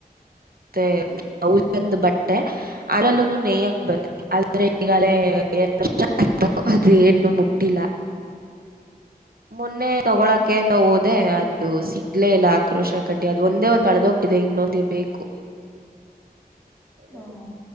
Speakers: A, on the right; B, on the left.
A: ತ್ತೆ ಹ
B: ಹ್ಮ್
A: ಚಂದ್ ಬಟ್ಟೆ <unintelligible> ಅದ್ರಲ್ಲೂ ನೇಯ್ಯಕ್ ಬರ್ತ ಆದ್ರೆ ಈಗಲೇ ಎ ವರ್ಷ ಆ ಅದು ಏನು ಮುಟ್ಟಿಲ್ಲ ಮೊನ್ನೆ
B: ಹ್ಮ್
A: ತಗೊಳಕಿಂದ ಹೋದೆ ಅ್ ಸಿಗ್ಲೇ ಇಲ್ಲ ಕ್ರೋಶ ಕಡ್ಡಿ ಅದು ಒಂದ ಒಂದ ಹಳದ ಹೋಬಿಟಿತ್ <inaudible> ಇನ್ನೊಂದುಿ ಬೇಕು <unintelligible>
B: ಹ್ಮ್